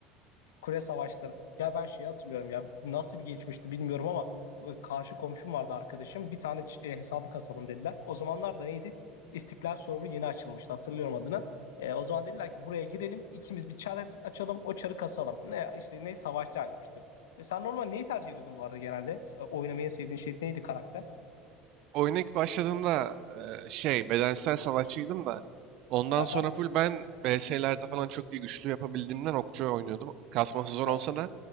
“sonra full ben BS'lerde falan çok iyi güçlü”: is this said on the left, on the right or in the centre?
Right